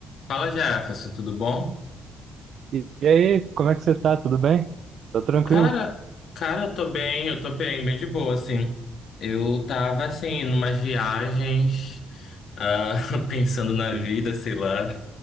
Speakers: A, on the left (about 65°); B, on the right (about 60°).
A: Fala, Jefferson, tudo bom?
B: E e aí, como é que você tá? Tudo bem? Tá tranquilo?
A: Cara, cara, eu tô bem, eu tô bem, bem de boa, assim. Eu tava, assim, numas viagens, ah, <laughs> pensando na
B: Sim.
A: vida, sei lá.